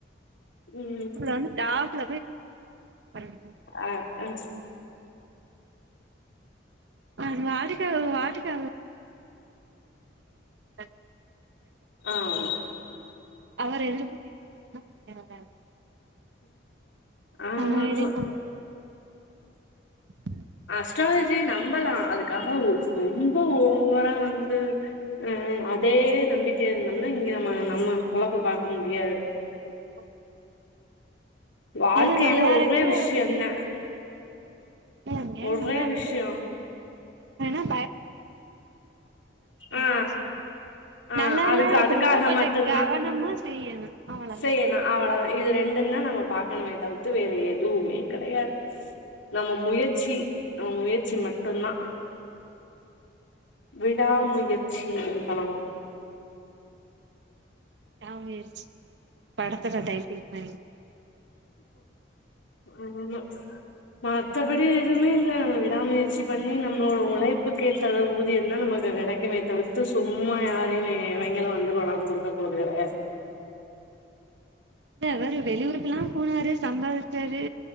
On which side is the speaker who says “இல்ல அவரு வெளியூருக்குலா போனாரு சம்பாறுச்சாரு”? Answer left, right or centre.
Right